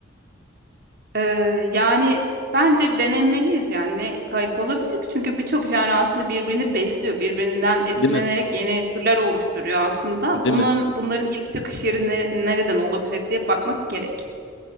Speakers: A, on the right (about 50°); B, on the left (about 70°).
A: Ee, yani bence denemeliyiz yani ne kayıp olabilir ki? Çünkü birçok genre aslında birbirini besliyor. Birbirinden esinlenerek
B: Değil mi?
A: yeni türler oluşturuyor aslında.
B: Değil
A: Bunun
B: mi?
A: bunların ilk çıkış yeri ne- nereden olabilir diye bakmak gerek.